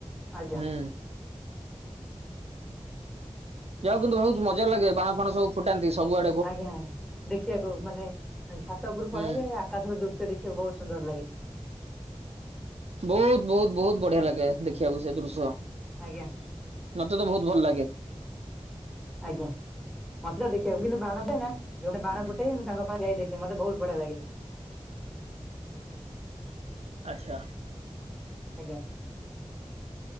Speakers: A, in the centre; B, on the right.
A: ଆଜ୍ଞା
B: ହୁଁ। ଯାହା ହୋଉ କିନ୍ତୁ ବହୁତ ମଜ ଲାଗେ ବାଣ ଫାଣ ସବୁ ଫୁଟାନ୍ତି ସବୁଆ
A: ଆଜ୍ଞା ଦେଖିବାକୁ ମାନେ ଛାତ ଉପରୁ
B: ହୁଁ।
A: ପଳେଇବେ ପାଖରେ ଦୃଶ୍ୟ ଦେଖିବାକୁ ବହୁତ ସୁନ୍ଦର ଲାଗେ।
B: ବହୁତ ବହୁତ ବହୁତ ବଢିଆ ଲାଗେ ଦେଖିବାକୁ ସେ ଦୃଶ୍ୟ।
A: ଆଜ୍ଞା
B: ମତେ ତ ବହୁତ ଭଲ ଲାଗେ।
A: ଆଜ୍ଞା ମତେ ତ ଦେଖିବାକୁ କିନ୍ତୁ ବାଣ ପାଇଁ ନା ଯୋଉମାନେ ବାଣ
B: ହୁଁ
A: ଫୁଟେଇ ମୁଁ ତାଙ୍କ ପାଖରେ ଯାଇ ଦେଖ ସେ ମତେ ବହୁତ ବଢିଆ ଲାଗେ।
B: ଆଚ୍ଛା।
A: ଆଜ୍ଞା।